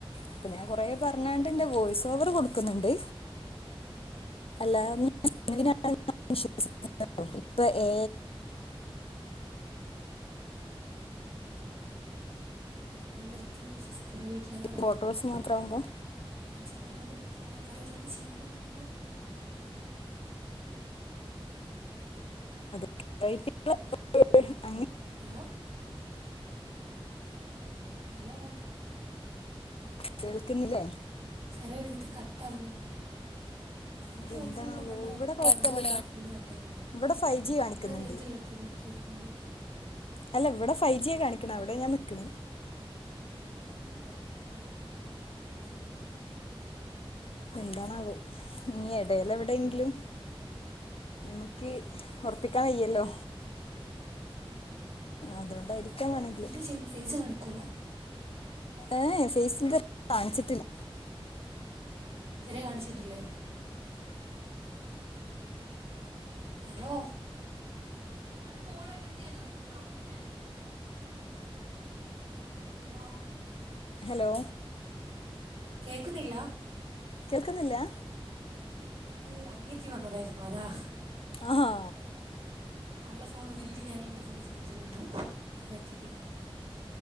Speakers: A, on the left; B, on the right.
A: ഇപ്പൊ ഞാൻ കൊറെ പറഞ്ഞാണ്ട് എന്റെ വോയ്സ് ഓവറ് കൊടുക്കുന്നുണ്ട്
B: ഏ,
A: അല്ലാ <unintelligible> ഇപ്പൊ ഏ
B: ഉം അതൊക്കെണ്ട് അതുകൊണ്ട് നമ്മള് ഒരിക്കലും വിശ്വസിക്ക് എന്റെ വീട്ടില് ലതാ പറയുന്നത്
A: ഫോട്ടോസ്
B: ഇപ്പോ
A: മാത്രമാകുമ്പോൾ
B: വമ്മള് ഇൻസ്റ്റഗ്രാമില തിട്ട് ര് ആൾക്കാര് ഓരോന്ന് ചെയ്യുന്നത് കാണുമ്പോൾ
A: അന <unintelligible>
B: ഹലോ ഹലോ
A: കേൾക്കുന്നില്ലേ
B: ചെറിയ രീതിക്ക് കട്ട് ആവുന്നുണ്ട് എനിക്ക്
A: അതെന്താണാവോ
B: വൈഫൈ ഇവിടെ നല്ല കട്ട പോലെ
A: കുഴപ്പമില്ല
B: കാണിക്കുന്നുണ്ട് ഫുള്ള് കട്ടയിലാണ്
A: ഇവിടെ ഫൈവ് ജി കാണിക്കുന്നുണ്ട്
B: നിങ്ങള് റേഞ്ച് ഇള്ളിടത് നിക്കു നിന്ന് നോക്കി
A: അല്ല ഇവിടെ ഫൈവ് ജി യ കാണിക്കണ അവിടെ ഞാൻ നിക്കണ്
B: എന്റെ അവിടെ ഫുള്ള് ഇത് കാണിക്ക്‌ന്ന്ണ്ട് ഐ ഫീല്
A: എന്താണ് അത് നീയെടു എടെല് എവിടെങ്കിലും ഞമക്ക് ഉറപ്പിക്കാൻ വയ്യല്ലോ
B: ആ
A: അതുകൊണ്ടായിരിക്കാം
B: അല്ല ഇങ്ങള്
A: വേണമെങ്കിൽ
B: വീഡിയോ ചെയ്യുമ്പോൾ ഫേസ് കാണിക്കൂല
A: ഏ ഫേസി ഇതുവരെ കാണിച്ചിട്ടില്ല
B: ഇതരെേ കാണിച്ചിട്ടില്ലേ ഹലോ അന്റെ ഫോണ് എടുത്ത് ഞനെറിയൂട്ടോ ഏ ഹലോ
A: ഹലോ
B: കേക്കുന്നില്ല
A: കേൾക്കുന്നില്ല
B: അത് അനിയത്തി വന്നതായിരുന്നു അതാ ഹ്
A: ആഹാ
B: അവളെ ഫോൺ ഉരിട്ട് ഞാൻ എന്റെ ഫോണ് ചാർജിൽ ട്ടു അത് പറ്റിട്ടില്ല